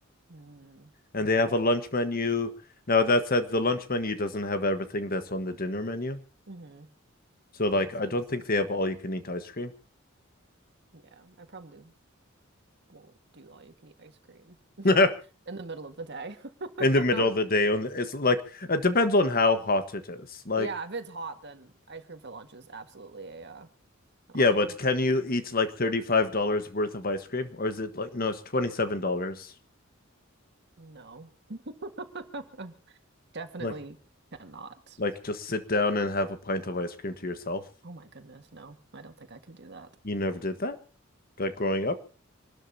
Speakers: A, on the right; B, on the left.
A: Mm,
B: And
A: okay.
B: they have a lunch menu. Now that said, the lunch menu doesn't have everything that's on the dinner menu.
A: Mm-hmm.
B: So like
A: Makes
B: I
A: sense.
B: don't think they have all you can eat ice cream
A: Yeah, I probably won't do all you can eat ice cream
B: <laughs> in
A: in the middle of the day.
B: the middle
A: <laughs>
B: of the day on the, it's like it depends on how hot it is. Like
A: Yeah, if it's hot, then ice cream for lunch is absolutely a uh, an
B: Yeah,
A: option.
B: but can you eat like $35 worth of ice cream? Or is it like, no, it's $27.
A: No. <laughs> Definitely
B: Like,
A: cannot.
B: like just sit down and have a pint of ice cream to yourself.
A: Oh my goodness, no. I don't think I can do that.
B: You never did that? Like growing up?